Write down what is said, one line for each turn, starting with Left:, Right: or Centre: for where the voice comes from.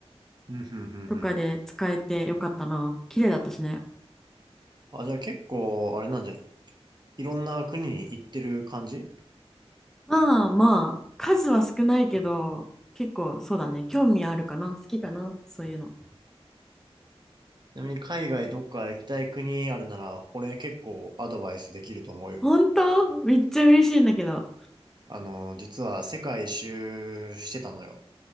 Right: うん、うんうんうん。
Centre: とかで使えてよかったな。綺麗だったしね。
Right: あ、じゃあ結構、あれなんじゃ、いろんな国に行ってる感じち
Centre: まあまあ、数は少ないけど、結構そうだね。興味あるかな好きかなそういうの。
Right: なみに海外どっか行きたい国あるなら、俺結構アドバイスできると思うよ。
Centre: 本当めっちゃ嬉しいんだけど。
Right: あの、実は世界一周してたのよ。